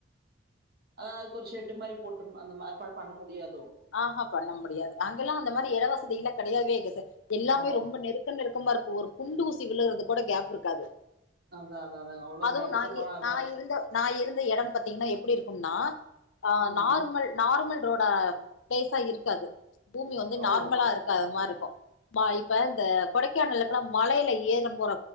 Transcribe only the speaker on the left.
ஆஹா பண்ண முடியாது அங்கெல்லா அந்த மாரி எட வசதிலா கெடையாவே இல்ல ச எல்லாமே
ரொம்ப நெருக்க நெருக்கமா இருக்கு ஒரு குண்டு ஊசி விழுறதுக்கு கூட கேப் இருக்காது
அதுவு
நா இ நா
இருந்த நா இருந்த எடம் பாத்தீங்கன்னா எப்டி இருக்கும்னா ஆ
நார்மல் நார்மல் ரோடா பிளேஸா இருக்காது பூமி வந்து
நார்மலா இருக்காத மாரி இருக்கு மா இப்ப இந்த கொடைக்கானல்ல பொனா மலையில ஏறம் போற